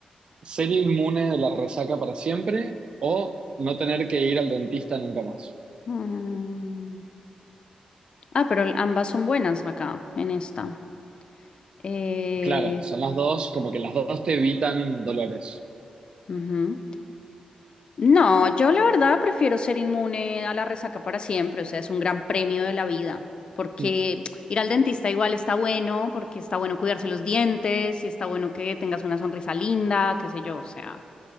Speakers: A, on the right; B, on the left.
A: ¿Ser inmune de la resaca para siempre o no tener que ir al dentista nunca más?
B: Mm, Ah, pero ambas son buenas acá, en esta. Eh,
A: Claro, son las dos, como que las dos te evitan dolores.
B: ujú. No, yo la verdad prefiero ser inmune a la resaca para siempre, o sea, es un gran premio de la vida, porque
A: Mm.
B: ir al dentista igual está bueno, porque está bueno cuidarse los dientes, y está bueno que tengas una sonrisa linda, qué sé yo, o sea.